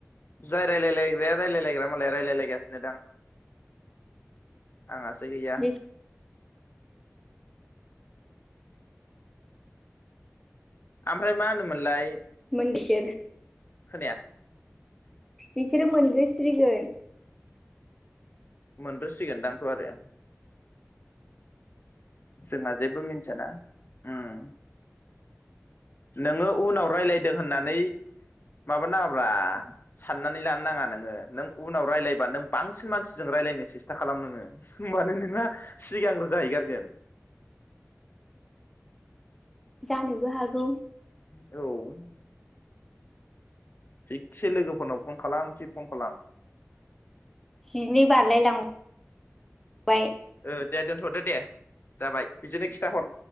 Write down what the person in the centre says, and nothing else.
बिस
हुम बिसोर
बिसोरो मोनगोस्रिगोन
जानोबो हागौ
जिनै बारलाय लां बाय